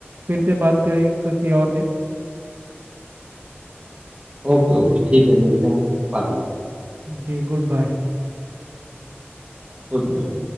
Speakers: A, on the right; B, on the right.
A: फिर से बात करेंगे किसी और दिन
B: ओके ओके ठीक है मिलते हैं फिर बाद में
A: जी गुड बाय
B: Good night.